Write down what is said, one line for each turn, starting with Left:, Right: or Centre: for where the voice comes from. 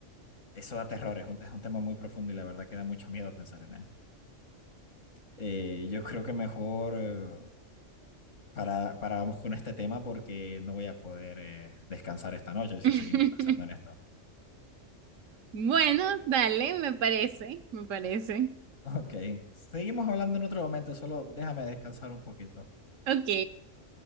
Left: eso da terror, es un, es un tema muy profundo y la verdad que da mucho miedo pensar en él. Eh, yo creo que mejor eh, para, paramos con este tema porque no voy a poder eh, descansar esta noche si
Right: <laughs>
Left: seguimos pensando en esto.
Right: Bueno, dale, me parece, me parece.
Left: Ok, seguimos hablando en otro momento, solo déjame descansar un poquito.
Right: Ok,